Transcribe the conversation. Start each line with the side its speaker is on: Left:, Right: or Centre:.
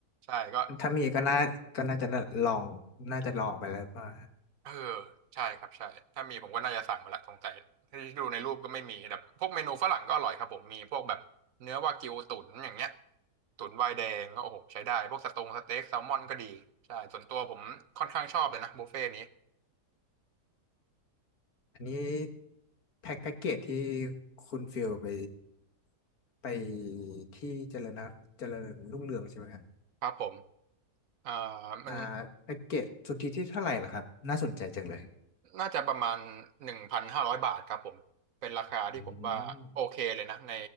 Right: ใช่ก็
Left: ถ้ามีก็น่าก็น่าจะลองน่าจะลองไปแล้วว่า
Right: เออใช่ครับใช่ถ้ามีผมก็น่าจะสั่งมาละสงสัยที่ดูในรูปก็ไม่มีแต่พวกเมนูฝรั่งก็อร่อยครับผมมีพวกแบบเนื้อวากิวตุ๋นอย่างเงี้ยตุ๋นไวน์แดงก็โอ้โหใช้ได้พวกสตงสเต็กแซลมอนก็ดีใช่ส่วนตัวผมค่อนข้างชอบเลยนะบุฟเฟ่ต์นี้
Left: อันนี้แพ็คแพ็กเกจที่คุณฟิลไปไปที่เจริญนะเจริญรุ่งเรืองใช่ไหมครับ
Right: ครับผมอ่า
Left: อ่า
Right: มัน
Left: แพ็กเกจสุทธิที่เท่าไหร่ล่ะครับน่าสนใจจังเลย
Right: น่าจะประมาณหนึ่งพันห้าร้อยบาทครับผมเป็นราคาที่ผมว่าโอเคเลยนะใน
Left: อืม